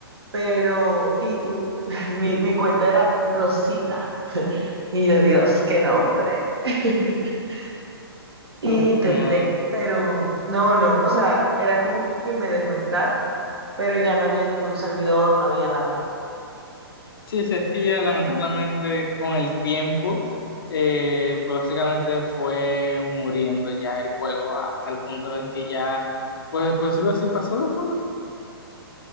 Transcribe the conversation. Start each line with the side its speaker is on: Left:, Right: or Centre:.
Right: pero y, <laughs> mi, mi cuenta era Rosita. Y yo, Dios, qué nombre. <laughs> Y
Left: Uf,
Right: intenté,
Left: no.
Right: pero no, no, o sea, era como que me dejó entrar, pero ya no había ningún servidor, no había nada.
Left: Sí, sí, es que ya lamentablemente con el tiempo, eh, pues básicamente fue muriendo ya el juego hasta el punto en que ya, pues, pues lo así pasó de moda.